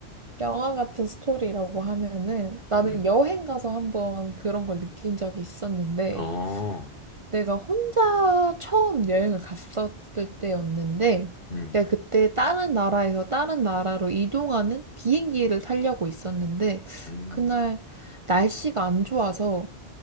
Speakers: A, on the right; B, on the left.
A: 영화 같은 스토리라고 하면은 나는
B: 음,
A: 여행 가서 한번 그런 걸 느낀 적이 있었는데
B: 어,
A: 내가 혼자 처음 여행을 갔었을 때였는데,
B: 음,
A: 내가 그때 다른 나라에서 다른 나라로 이동하는 비행기를 타려고 있었는데,
B: 음,
A: 그날 날씨가 안 좋아서